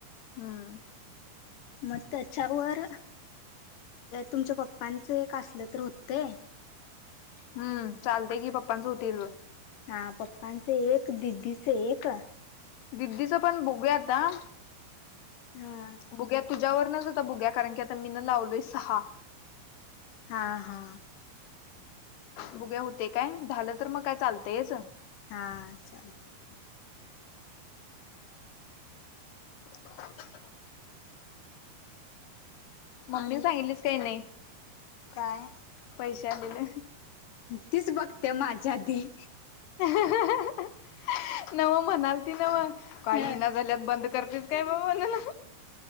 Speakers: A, on the left (about 85°); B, on the left (about 65°).
A: हम्म.
B: मग त्याच्यावर तुमच्या पप्पांचं एक असलं तर होतंय.
A: हम्म चालतेय
B: आणि
A: की पप्पांच होतय ग.
B: हा पप्पांच एक दिदीचे एक
A: दिदीचं पण बघूया आता.
B: हा.
A: बघूया तुझ्यावरनच आता बघूया, ‌कारण की आता मीनं लावलोय सहा.
B: हा हा.
A: बुघूया होतंय काय, झालं तर मग काय चालतंयच.
B: हा चालतंय की.
A: <inaudible> मम्मीला
B: आणि
A: सांगितलीस काही नाही?
B: काय
A: पैसे आलेलं.
B: तीच बघत्या माझ्या आधी.
A: <unintelligible> नव्ह म्हनाल ते नव्हं काय
B: हा
A: यीना झाल्यात, बंद करतेस काय बा म्हणाला.